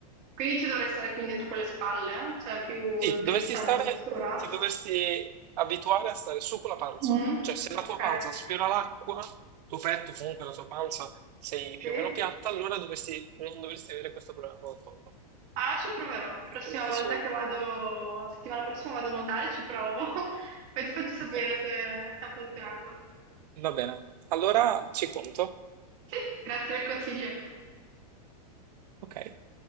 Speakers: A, on the right (about 35°); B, on the right (about 80°).
A: Quindi ci dovrei stare più indietro con le spalle, cioè più
B: Sì,
A: dritta
B: dovresti stare,
A: di postura?
B: ti dovresti abituare a stare su con la panza,
A: Mm,
B: cioè se
A: Ok,
B: la tua panza sfiora l'acqua, tuo petto, comunque la tua panza sei più
A: sì.
B: o meno piatta, allora dovresti, non dovresti avere questo problema col collo,
A: Ah, ci proverò.
B: per
A: Prossima
B: quello che
A: volta
B: so io.
A: che vado, settimana prossima vado a nuotare, ci provo. <laughs> Poi ti faccio sapere
B: Ok,
A: se se ha funzionato.
B: va bene. Allora ci conto.
A: Sì, grazie del consiglio.
B: Ok.